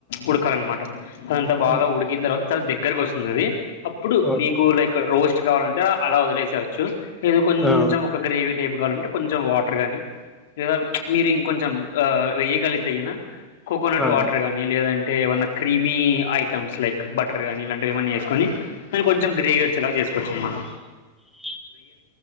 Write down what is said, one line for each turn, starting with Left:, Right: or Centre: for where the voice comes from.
Left: ఉడకాలన్నమాట అదంతా బాగా
Centre: హ్మ్.
Left: ఉడికిన తర్వత్ త చాల దగ్గరకు వస్తుందది అప్పుడు
Centre: ఓకే
Left: నీకు లైక్ రోస్ట్ కావాలంటే అలా వదిలేసేయోచ్చు ఇది కొంచెం
Centre: ఆ
Left: ఒక గ్రేవి టైప్ కావాలంటే కొంచెం వాటర్ గానీ లేదా మీరు ఇంకొంచెం వెేయగలిగుతే అయినా కోకోనట్
Centre: ఆ
Left: వాటర్ గాని లేదం టె ఏమన్నా క్రీమీ ఐటమ్స్ లైక్ బటర్ కానీ ఇలాంటివి ఏమన్నా వేసుకొని దని కొంచెం గ్రేవీ వచ్చేలా చేస్ కొచ్చూ అన్నమాట
Centre: టు